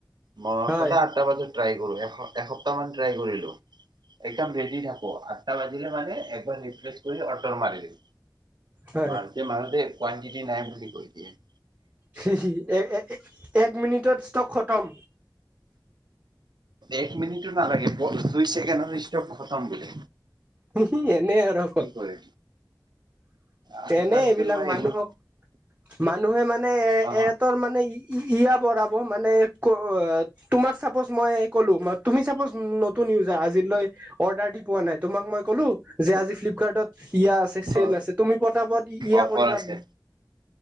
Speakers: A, on the right; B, on the right.
A: মই
B: হয়
A: সদায় আঠটা বজাত ট্ৰাই কৰো, এস এসপ্তাহমান ট্ৰাই কৰিলো। দম ৰেদি থাকো, আঠটা বাজিলে মানে এবাৰ ৰিফ্ৰেছ কৰি অৰ্ডাৰ মাৰিম,
B: হয়
A: মাৰ তে মালতে কোৱাণ্টিটি নাই বুলি কৈ দিয়ে।
B: চি চি, এ এ এ এক মিনিটত ষ্টক খতম।
A: এক মিনিটো নালাগে, ব দুই ছেকেণ্ডতে ষ্টক খতম বোলে।
B: সেইখিনি এনেই আৰু কয়।
A: কি কৰে। আৰু
B: তেনে
A: তাৰপিছত
B: এইবিলাক
A: মই
B: মানুহক
A: এইবোৰ
B: মানুহে মানে এ এ
A: অ
B: এহঁতৰ মানে ই ই ইয়া বঢ়াব মানে ক আ তোমাক চাপজ মই ক'লো, মা তুমি চাপজ নতুন ইউজ আজিলৈ অৰ্ডাৰ দি পোৱা নাই, তোমাক মই কলো যে আজি ফ্লিপকাৰ্টত ইয়া আছে চেল
A: অ
B: আছে, তুমি পতাপট ই ইয়া
A: অফাৰ
B: কৰিবা।
A: আছে